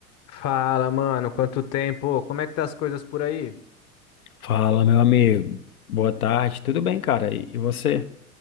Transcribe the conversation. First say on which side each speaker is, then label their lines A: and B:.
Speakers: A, on the left (about 35°); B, on the left (about 75°).
A: Fala, mano, quanto tempo? Como é que tá as coisas por aí?
B: Fala, meu amigo. Boa tarde. Tudo bem, cara? E e você?